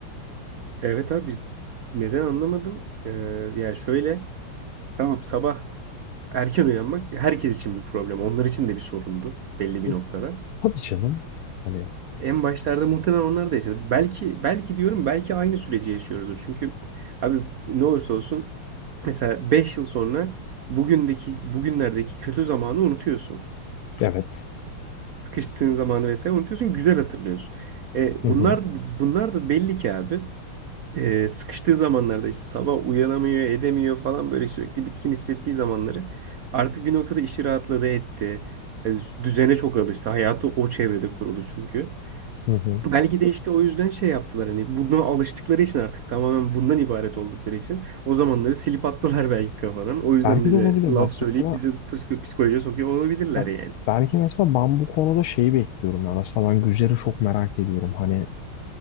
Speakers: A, on the right; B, on the left.
A: Evet abi biz neden anlamadım? Ee, ya şöyle tamam sabah erken uyanmak herkes için bir problem. Onlar için de bir sorundu belli bir
B: E,
A: noktada.
B: tabii canım. Hani
A: En başlarda muhtemelen onlar da yaşadı. Belki belki diyorum belki aynı süreci yaşıyoruzdur. Çünkü abi ne olursa olsun mesela 5 yıl sonra bugündeki bugünlerdeki kötü zamanı unutuyorsun.
B: evet.
A: Sıkıştığın zamanı vesaire unutuyorsun, güzel hatırlıyorsun. E,
B: Hı
A: bunlar
B: hı.
A: bunlar da belli ki abi. e, sıkıştığı zamanlarda işte sabah uyanamıyor, edemiyor falan böyle sürekli bitkin hissettiği zamanları artık bir noktada işi rahatladı etti. E, düzene çok alıştı. Hayatı o çevrede kurulu çünkü.
B: Hı hı.
A: Belki de işte o yüzden şey yaptılar hani buna alıştıkları için artık tamamen bundan ibaret oldukları için o zamanları silip attılar belki kafadan. O yüzden
B: Belki
A: bize
B: de olabilir
A: laf
B: bak.
A: söyleyip
B: Mesela,
A: bizi psik- psikolojiye sokuyor olabilirler
B: bak,
A: yani.
B: belki mesela ben bu konuda şeyi bekliyorum. Ya. Mesela ben güzleri çok merak ediyorum. Hani